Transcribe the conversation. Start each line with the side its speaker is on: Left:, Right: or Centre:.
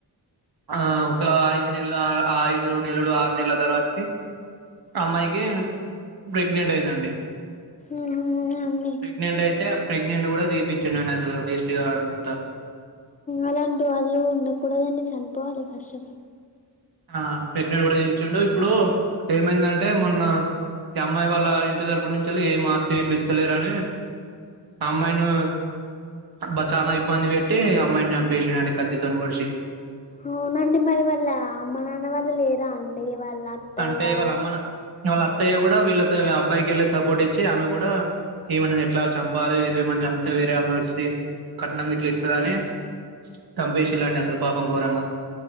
Right: ఆ ఒక ఐదు నెల ఐదు నెలలు ఆరు నెలల తర్వాతకి, అమ్మాయికి ప్రెగ్నెంట్ అయిందండి.
Left: అవునా అండి
Right: ప్రెగ్నెంట్ అయితే ప్రెగ్నెంట్ కూడా తీపిచ్చిండి అసలు వేస్ పటిగాడు అంతా
Left: అలాంటి వాళ్ళు ఉండకూడదండి చనిపోవాలి ఫస్ట్ ఆఫ్ ఆల్
Right: ఆ ప్రెగ్నెంట్ కూడా చేయించాడు ఇప్పుడు ఏమైందంటే మొన్న ఈ అమ్మాయి వాళ్ళ ఇంటి తరపు నుంచిళ్ ఏం ఆస్తి వీట్లు ఇస్తలేరుని అమ్మాయిని బ చాలా ఇబ్బంది పెట్టి అమ్మాయిని చంపేసిాడుండి కత్తితోని పడిచి
Left: అవునండి మరి వాళ్ళ అమ్మ నాన్న వాళ్ళు లేరా అండి వాళ్ళ అత్తయ్య
Right: అంటే ఇ వాళ్ళ
Left: వాళ్ళు
Right: అమ్మన వాల అత్ అత్తయ్య కూడా వీళ్ళతో అబ్బాయికి వెళ్ళి సపోర్ట్ ఇచ్చి ఆమె కూడా ఈమని ఎట్లా చంపాలి వీళ్ళు ఏమని చంపితే వేరే ఏమ వస్తి కట్నం గట్లా ఇస్తారని చంపేసి ఇలాండి అసలు పాపం గోరంగా